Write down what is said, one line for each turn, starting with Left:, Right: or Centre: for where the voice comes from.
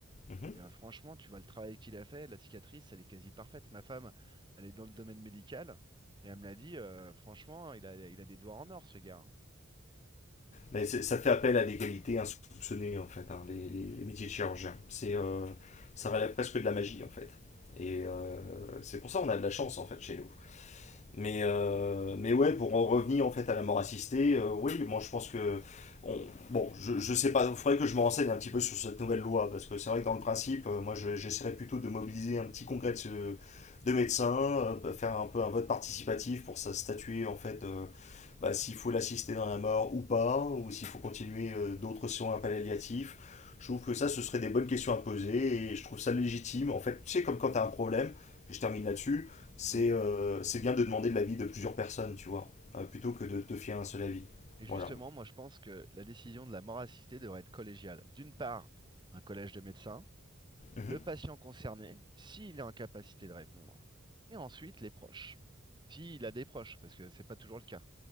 Left: Mhm.
Right: Et euh, franchement, tu vois le travail qu'il a fait, la cicatrice, elle est quasi parfaite. Ma femme, elle est dans le domaine médical. Et elle me l'a dit, euh, franchement, il a, il a des doigts en or, ce gars. hein.
Left: Mais c'est- ça fait appel à des qualités insoupçonnées, en fait, hein, les, les- les métiers de chirurgien. C'est, euh, ça relève presque de la magie, en fait. Et euh, c'est pour ça qu'on a de la chance, en fait, chez nous. Mais, euh, mais ouais, pour en revenir en fait à la mort assistée, euh, oui, moi je pense que. on- bon, je, je sais pas, il faudrait que je me renseigne un petit peu sur cette nouvelle loi, parce que c'est vrai que dans le principe, euh, moi je- j'essaierais je, plutôt de mobiliser un petit congrès de, de médecins, euh, faire un peu un vote participatif pour ça statuer en fait euh, bah, s'il faut l'assister dans la mort ou pas, ou s'il faut continuer euh, d'autres soins palliatifs. Je trouve que ça, ce serait des bonnes questions à poser et je trouve ça légitime. En fait, tu sais, comme quand tu as un problème, et je termine là-dessus, c'est
Right: Oui.
Left: euh, c'est bien de demander de l'avis de plusieurs personnes, tu vois, euh, plutôt que de te fier à un seul avis.
Right: Et justement,
Left: Voilà.
Right: moi, je pense que la décision de la mort assistée devrait être collégiale. D'une part, un collège de médecins,
Left: Mm-hmm.
Right: le patient concerné, s'il est en capacité de répondre, et ensuite les proches. S'il a des proches, parce que c'est pas toujours le cas.